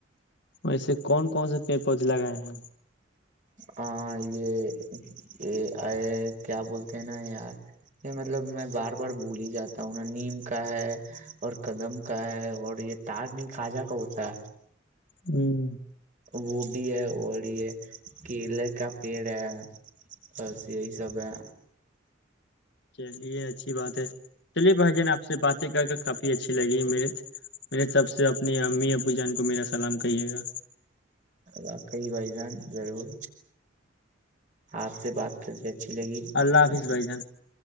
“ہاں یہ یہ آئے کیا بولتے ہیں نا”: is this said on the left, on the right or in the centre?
Right